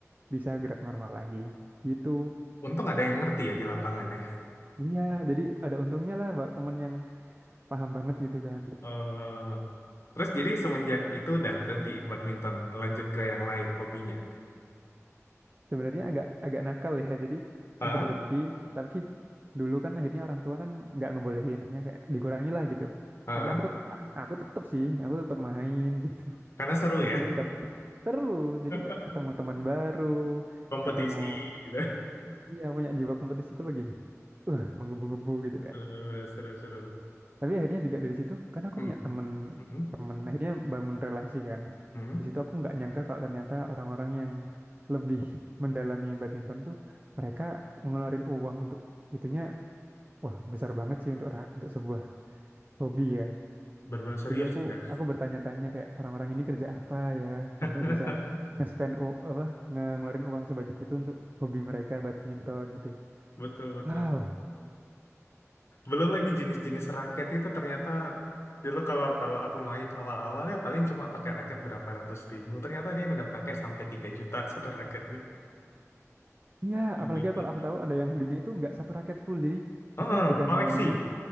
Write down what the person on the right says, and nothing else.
bisa gerak normal lagi gitu
Iya, jadi ada untungnya lah, Mbak, temen yang paham banget gitu kan.
Sebenarnya agak agak nakal ya. Jadi
sempat berhenti, tapi dulu kan akhirnya orang tua kan nggak ngebolehin, maksudnya kayak dikurangi lah gitu.
Tapi aku tetep lah, aku tetep sih, aku tetep main <laughs> gitu.
Meskipun
udah seru, jadi
kayak ketemu teman baru,
ketemu
iya punya jiwa kompetisiku lagi. Uh, menggebu-gebu gitu
tapi akhirnya juga dari situ karena aku
punya temen
temen akhirnya bangun relasi kan
di situ aku nggak nyangka kalau ternyata orang-orang yang lebih mendalami badminton tuh mereka ngeluarin uang untuk itunya wah besar banget sih untuk ra- untuk sebuah hobi ya
jadi aku
aku bertanya-tanya kayak orang-orang ini kerja apa ya
sampai bisa nge-spend u- apa nge- ngeluarin uang sebanyak itu untuk hobi mereka badminton gitu
wow
ya
apalagi
kalau aku tahu ada yang belinya itu nggak satu raket full jadi maksudnya
bukan
belinya